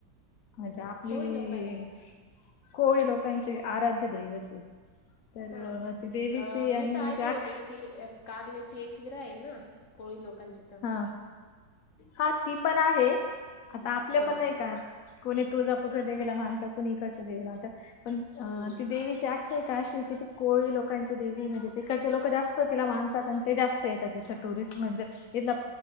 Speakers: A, on the left (about 70°); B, on the left (about 50°).
A: म्हणजे आपली
B: कोळी लोकांचे
A: कोळी, लोकांची आराध्य दैवते. तर
B: हा.
A: ती देवीची
B: अ,
A: आणि
B: मी तर ऐकून
A: जाक.
B: होते की ती कारल्याची एक विरा आहे, ना कोळी लोकांची तर
A: ह, हा ती पण आहे, आता आपले
B: हां.
A: पण नाही का? कोणी तुळजापूरच्या देवीला मानतं कुणी इकडच्या देवीला म्हणत पण अ
B: हं.
A: ती देवीची ते काशी कि ते कोळी लोकांची देवी म्हणजे तिकडचे ललोकं जास्त तिला मानतात आणि ते जास् तिथं टुरिस्ट म्हणजे इथला